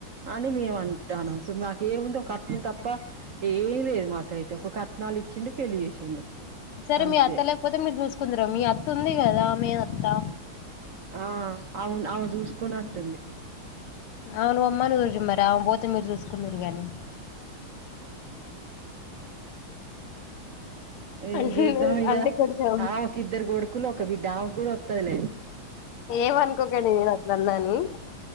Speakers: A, on the right; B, on the left.
A: అని మేము అంటాను ఇప్పుడు మాకు ఏముందో ఒక కట్నం తప్ప ఏం లేదు మాకైతే ఒక కట్నాలు ఇచ్చిండు పెళ్ళి చేసిండు
B: సరే
A: అంతే
B: మీ అత్త లేకపోతే మీరు చూసుకుందురు మీ అత్త ఉంది కదా మీ అత్తా
A: ఆ అవును అమ చూసుకున్నట్టుంది
B: అవును పొమ్మను చూచు మరి ఆమెన పోతే మీరు చూసుకున్నరు గానీ
A: ఏం
B: అంటే
A: చేద్దాం ఇగ
B: అంటే కొంచెం
A: ఆమెకి ఇద్దరు కొడుకులు ఒక బిడ్డ ఆమెకు కూడా వత్తదిలే
B: ఏం అనుకోకండి నేను అట్ల అన్నాని